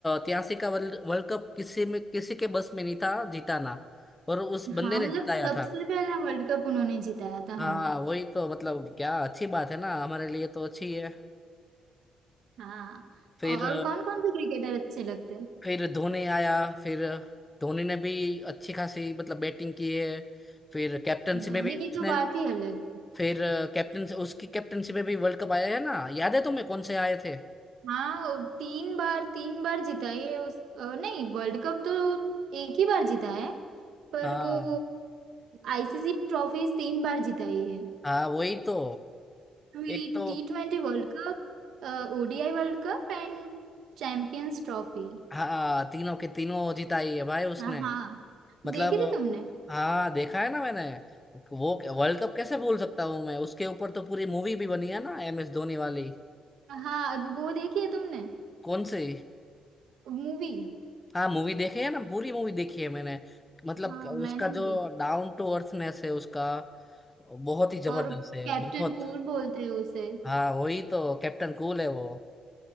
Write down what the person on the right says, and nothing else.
हाँ
मतलब
सबसे
पहला वर्ल्ड कप उन्होंने जिताया था
हमें
हाँ
और कौन कौन से क्रिकेटर अच्छे लगते हैं
दही
की
तो बात ही अलग है।
हाँ तीन बार तीन बार जीता है उस अ, नहीं वर्ल्ड कप तो एक ही बार जीता है पर
वो आईसीसी ट्रॉफीज तीन बार जीता ही है
टी
ट्वेंटी world cup ODI world cup and champions trophy
हाँ हाँ
देखी थी तुमने
हाँ वो देखी है तुमने
मूवी
हाँ मैंने
भी
और
कैप्टन
कूल बोलते हैं उसे